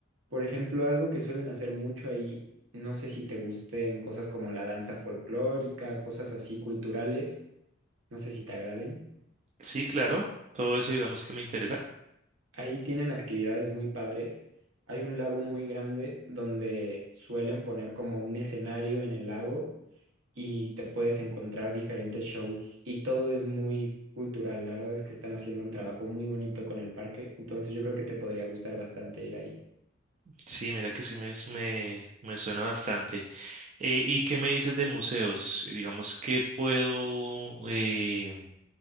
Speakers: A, on the right; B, on the right.
A: por ejemplo, algo que suelen hacer mucho ahí, no sé si te gusten cosas como la danza folclórica, cosas así culturales, no sé si te agraden.
B: Sí, claro. Todo eso digamos que me interesa.
A: Ahí tienen actividades muy padres. Hay un lago muy grande donde suelen poner como un escenario en el lago y te puedes encontrar diferentes shows y todo es muy cultural. La verdad es que están haciendo un trabajo muy bonito con el parque, entonces yo creo que te podría gustar bastante ir ahí.
B: Sí, mira que sí me, me, me suena bastante. Eh, ¿y qué me dices de museos? Eh, Digamos, ¿qué puedo, eh,